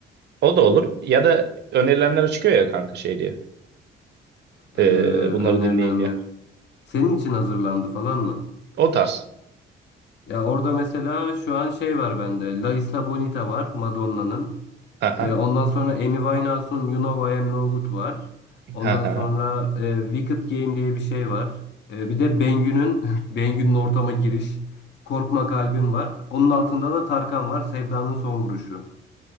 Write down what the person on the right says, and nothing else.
O da olur. Ya da önerilenler çıkıyor ya kanka şey diye. Ee,
bunları dinleyin diye.
O tarz.
Aha,
aha.